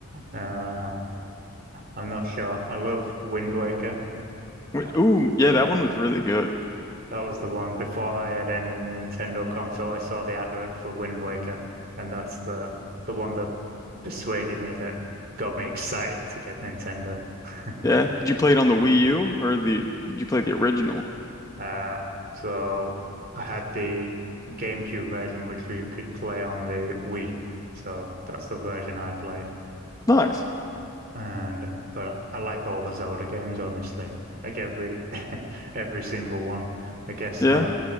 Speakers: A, on the right; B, on the left.
A: Uh, I'm not sure. I love Wind Waker.
B: Wait,
A: Uh,
B: Ooh, yeah, that one was really good.
A: That was the one. Before I had any Nintendo console, I saw the advert for Wind Waker, and that's the the one that persuaded me that got me excited to get Nintendo. <laughs>
B: Yeah. Did you play it on the Wii U or the did you play the original?
A: Uh, so I had the GameCube version, which we could play on the Wii. So that's the version I played.
B: Nice.
A: And but I like all the Zelda games, honestly. Like every <laughs> every single one. I guess
B: Yeah.
A: my